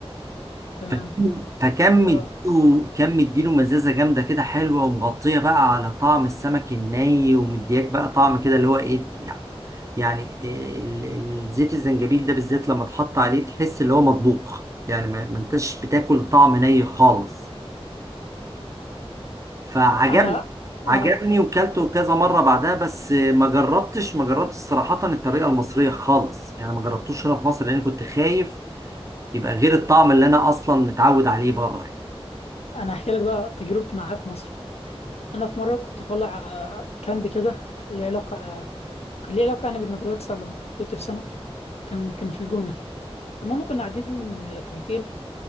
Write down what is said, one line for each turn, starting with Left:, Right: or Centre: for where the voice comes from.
Left: تمام
Right: فكان فكان مديله
Left: اه
Right: كان مديله مزازة جامدة كده حلوة ومغطية بقى على طعم السمك الني ومدياك بقى طعم كده اللي هو ايه يعني يعني إيه، ال- ال- زيت الزنجبيل ده بالذات لما تحط عليه تحس اللي هو مطبوخ يعني ما ما انتش بتاكل طعم ني خالص فعجبني
Left: انا اه
Right: عجبني وكلته كذا مرة بعدها بس ما جربتش ما جربتش صراحة الطريقة المصرية خالص يعني ما جربتوش هنا في مصر لأني كنت خايف يبقى غير الطعم اللي أنا أصلا متعود عليه بره يعني
Left: انا احكي لك بقى تجربتي معاه في مصر انا في مره كنت طالع آه، كامب كده ليه علاقه كان ليه علاقه يعني بالمدرسه لما كنت في ثانوي كان كان في الجونه فالمهم كنا قاعدين في اوتيل